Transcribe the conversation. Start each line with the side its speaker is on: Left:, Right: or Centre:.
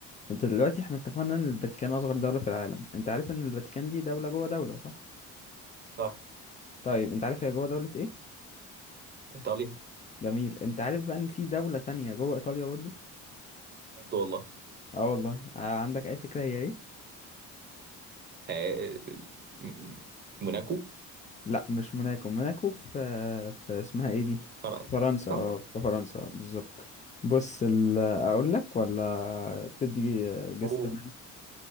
Left: انت دلوقتي احنا اتفقنا ان الفاتيكان اصغر دولة في العالم انت عارف ان الفاتيكان دي دولة جوه دولة صح
Right: صح
Left: طيب انت عارف هي جوه دولة ايه
Right: إيطاليا
Left: جميل انت عارف بقى ان في دولة تانية جوه ايطاليا برضو
Right: بجد والله
Left: اه والله ع- عندك اي فكرة هي ايه
Right: آه م- موناكو
Left: لا مش موناكو موناكو في في اسمها ايه دي
Right: فرقك
Left: في فرنسا اه
Right: صح؟
Left: في فرنسا اه، بالظبط بص ال... اقول لك ولا تدي جس
Right: أوه.
Left: كمان